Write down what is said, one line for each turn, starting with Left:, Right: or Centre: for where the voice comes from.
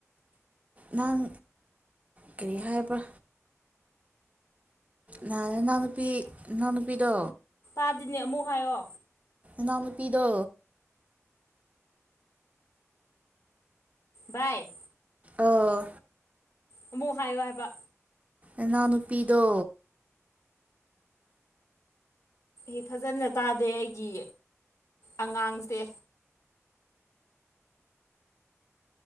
Right: ꯅꯪ ꯀꯔꯤ ꯍꯥꯏꯕ꯭ꯔꯥ ꯅꯅꯥ ꯅꯨꯄꯤ ꯏꯅꯥ ꯅꯨꯄꯤꯗꯣ
Left: ꯇꯥꯗꯤꯅꯦ ꯑꯃꯨꯛ ꯍꯥꯏꯌꯣ
Right: ꯅꯥ ꯅꯨꯨꯄꯤꯤꯗꯣ
Left: ꯕꯥꯏ
Right: ꯑꯣ
Left: ꯑꯃꯨꯛ ꯍꯥꯏꯌꯣ ꯍꯥꯏꯕ
Right: ꯏꯅꯥꯎ ꯅꯨꯄꯤꯗꯣ
Left: ꯏ ꯐꯖꯅ ꯇꯥꯗꯦ ꯑꯩꯒꯤ ꯑꯉꯥꯡꯁꯦ